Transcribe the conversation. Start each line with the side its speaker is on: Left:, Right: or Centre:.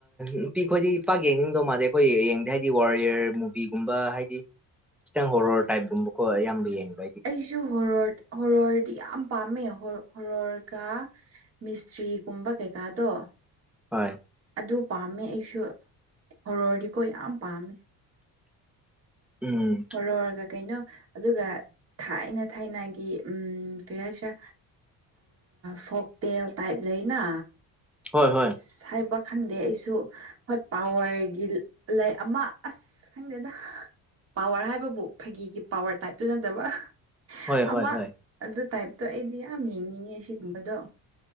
Centre: ꯅꯨꯄꯤ ꯈꯣꯏꯗꯤ ꯄꯥꯛ ꯌꯦꯡꯅꯤꯡꯗꯧ ꯃꯥꯟꯗꯦ ꯑꯩꯈꯣꯏ ꯌꯦꯡꯗꯦ ꯍꯥꯏꯗꯤ ꯋꯥꯔꯤꯌꯔꯃꯨ ꯕꯤꯒꯨꯝꯕ ꯍꯥꯏꯗꯤ ꯈꯤꯇꯪ ꯍꯣꯔꯣꯔ ꯇꯥꯏꯞꯀꯨꯝꯕꯀꯣ ꯑꯌꯥꯝꯕ ꯌꯦꯡꯕ ꯍꯥꯏꯗꯤ
Right: ꯑꯩꯁꯨ ꯍꯣꯔ ꯍꯣꯔꯗꯤ ꯌꯥꯝ ꯄꯥꯝꯃꯦ ꯍꯣꯔꯣꯔꯒ ꯃꯤꯁꯇ꯭ꯔꯤꯒꯨꯝꯕ ꯀꯩꯀꯥꯗꯣ
Centre: <unintelligible>
Right: ꯑꯗꯨ ꯄꯥꯝꯃꯦ ꯑꯩꯁꯨ ꯍꯣꯔꯣꯔꯗꯤꯀꯣ ꯌꯥꯝ ꯄꯥꯝꯃꯦ
Centre: ꯎꯝ
Right: ꯑꯣꯔꯣꯔꯒ ꯀꯩꯅꯣ ꯑꯗꯨꯒ ꯊꯥꯏꯅ ꯊꯥꯏꯅꯒꯤ ꯎꯝ ꯀꯔꯤ ꯍꯥꯏꯁꯤꯔꯥ ꯐꯣꯛ ꯇꯦꯜ ꯇꯥꯏꯞ ꯂꯩꯅ
Centre: ꯍꯣꯏ ꯍꯣꯏ
Right: ꯑꯁ ꯍꯥꯏꯕ ꯈꯪꯗꯦ ꯑꯩꯁꯨ ꯍꯣꯏ ꯄꯋꯥꯔꯒꯤ ꯂꯩꯥꯏ ꯑꯃ ꯑꯁ ꯑꯁ ꯈꯪꯗꯦꯗ ꯄꯋꯥꯔ ꯍꯥꯏꯕꯕꯨ ꯐꯥꯒꯤꯒꯤ ꯄꯋꯔ ꯇꯥꯏꯞꯇꯨ ꯅꯠꯇꯕ
Centre: ꯍꯣꯏ
Right: ꯑꯃ
Centre: ꯍꯣꯏ ꯍꯣꯏ
Right: ꯑꯗꯨ ꯇꯥꯏꯞꯇꯣ ꯑꯩꯗꯤ ꯌꯥꯝ ꯌꯦꯡꯅꯤꯡꯉꯦ ꯁꯤꯒꯨꯝꯕꯗꯣ